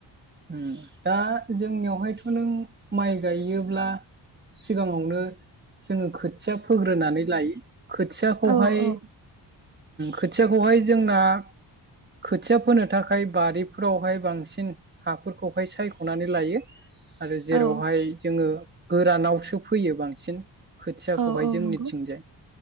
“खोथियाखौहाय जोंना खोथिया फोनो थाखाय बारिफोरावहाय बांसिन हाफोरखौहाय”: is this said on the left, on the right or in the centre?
Right